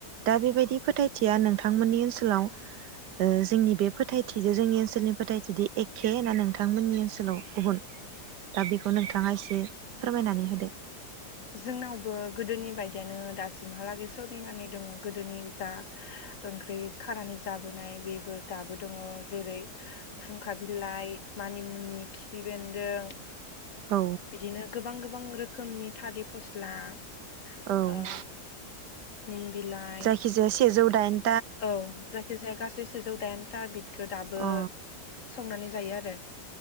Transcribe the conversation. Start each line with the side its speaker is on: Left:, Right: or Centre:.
Right: दा बेबायदि फोथायथिया नों थांमोननि ओनसोलाव ओ जोंनि बे फोथायथिजों जोंनि ओनसोलनि फोथायथिदि एखे ना नोंथांमोननि ओनसोलाव गुबुन दा बेखौ नोंथाङा एसे फोरमायनानै होदो।
Left: जोंनावबो गोदोनि बायदियानो दासिमहालागै सोलिनानै दङ गोदोनि जा ओंख्रि खानानै जाबोनाय बेफोर दाबो दङ जेरै खुंखा बिलाइ, मानिमुनि, खिफि बेन्दों।
Right: औ
Left: बिदिनो गोबां गोबां रो खोमनि थालि फस्ला अह।
Right: औ
Left: निम बिलाइ
Right: जायखिजाया सेजौ दाइन
Left: औ जाखिजाया गासै सेजौ दाइन। दा बि थो दाबो
Right: अ
Left: संनानै जायो आरो।